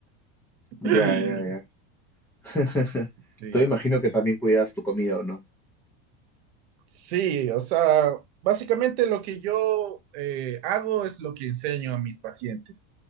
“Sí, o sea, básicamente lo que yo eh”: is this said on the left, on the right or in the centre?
Right